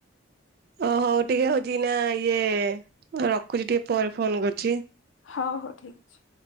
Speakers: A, on the right; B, on the left.
A: ଓ ହଉ ଟିକେ ହଉଛି ନା ଇଏ ରଖୁଛି ଟିକେ ପରେ ଫୋନ କରୁଛି।
B: ହ ହଉ ଠିକ ଅଛି।